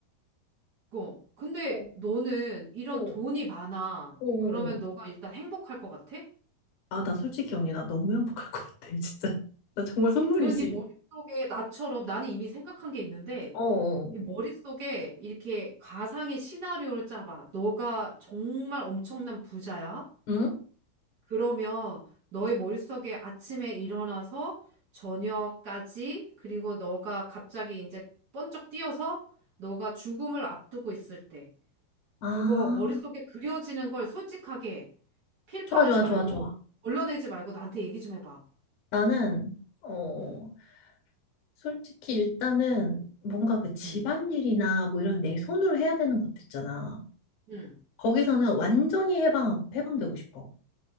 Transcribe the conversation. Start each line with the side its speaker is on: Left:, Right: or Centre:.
Right: 어, 근데
Left: 어,
Right: 너는 이런
Left: 어,
Right: 돈이 많아.
Left: 어, 어.
Right: 그러면
Left: 어.
Right: 너가 일단 행복할 것 같아?
Left: 아, 나 솔직히 언니 나 너무 행복할 것 같아 진짜 <laughs> 나 정말 선물이지
Right: 그런 네 머릿속에 나처럼 나는 이미 생각한 게 있는데
Left: 어, 어.
Right: 이 머릿속에 이렇게 가상의 시나리오를 짜봐. 너가 정말 엄청난 부자야.
Left: 응?
Right: 그러면 너의 머릿속에 아침에 일어나서 저녁까지 그리고 너가 갑자기 이제 번쩍 뛰어서 너가 죽음을 앞두고 있을 때
Left: 아,
Right: 그거 머릿속에 그려지는 걸 솔직하게 필터하지
Left: 좋아 좋아
Right: 말고
Left: 좋아 좋아
Right: 걸러내지 말고 나한테 얘기 좀 해봐.
Left: 나는 어
Right: 응,
Left: 솔직히 일단은 뭔가 그 집안일이나
Right: 응,
Left: 뭐 이런 내 손으로 해야 되는 것도 있잖아
Right: 응.
Left: 거기서는 완전히 해방, 해방되고 싶어.